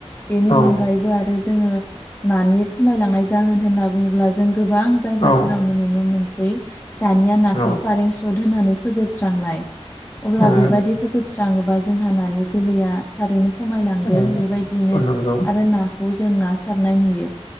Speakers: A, on the left (about 20°); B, on the left (about 55°).
A: बेनि
B: औ
A: अनगायैबो आरो जोो नानि खमायलांनाय जाहोन होनना बुंुङोब्ला जों गोबां जायगाफोरावनो
B: औ
A: नुनो मोनसै दानिया नाखौ
B: औ
A: कारेन्ट सट होनानै फोजोबस्रांनाय अब्ला
B: औ नंगौ
A: बेबायदि फोजोबस्राङोबा जोंहा नानि जोलैया थारैनो खमायलांगोन
B: औ
A: बेबायदिैनो
B: औ नंगौ
A: आरो नाखौ जों ना सारनाय नुयो